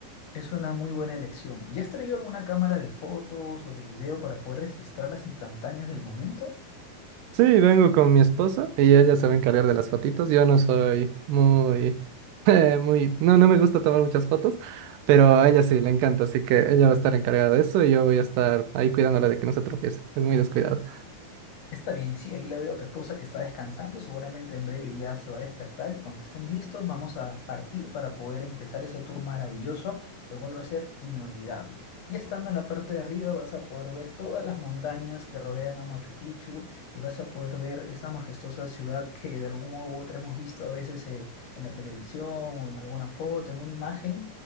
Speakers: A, on the left (about 60°); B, on the right (about 80°).
A: Es una muy buena elección. ¿Ya has traído alguna cámara de fotos o de video para poder registrar las instantáneas del momento?
B: Sí, vengo con mi esposa y ella se va a encargar de las fotitos. Yo no soy muy, <laughs> eh, muy, no, no me gusta tomar muchas fotos, pero a ella sí le encanta, así que ella va a estar encargada de eso y yo voy a estar ahí cuidándola de que no se tropiece. Es muy descuidado.
A: Está bien, sí, ahí la veo a tu esposa que está descansando, seguramente en breve ya se va a despertar y cuando estén listos vamos a partir para poder empezar ese tour maravilloso, lo cual va a ser inolvidable. Ya estando en la parte de arriba vas a poder ver todas las montañas que rodean a Machu Picchu y vas a poder ver esa majestuosa ciudad que de algún modo u otro hemos visto a veces eh, en la televisión o en alguna foto, en una imagen.